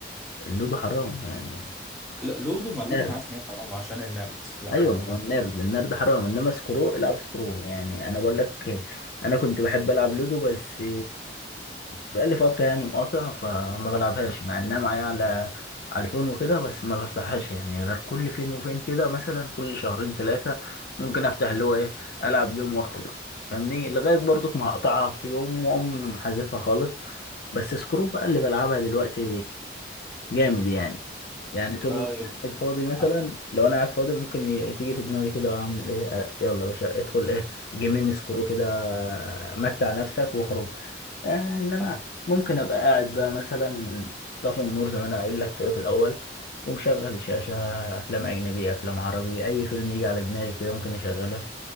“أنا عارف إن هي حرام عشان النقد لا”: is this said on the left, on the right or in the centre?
Centre